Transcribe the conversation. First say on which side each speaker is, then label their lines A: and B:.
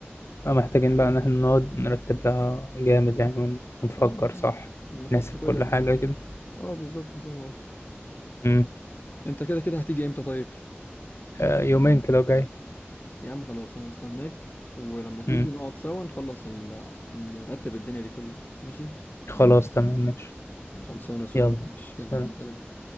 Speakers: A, on the left; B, on the left.
A: محتاجين بقى ان احنا نقعد نرتب لها جامد يعني ون- ونفكر
B: اه بالظبط
A: صح
B: نحط
A: نحسب
B: كل
A: كل
B: الحاجات
A: حاجه
B: دي.
A: كده
B: اه بالظبط زي ما قلت
A: امم
B: انت كده كده هتيجي امتى طيب
A: آه يومين كده وجاي
B: يا عم خلاص انا استناك ولما تيجي
A: امم
B: نقعد سوا نخلص ال... نرتب الدنيا دي كلها ماشي
A: خلاص تمام ماشي
B: خلصانه يا سولو
A: يلا
B: ماشي
A: سلام
B: يلا سلام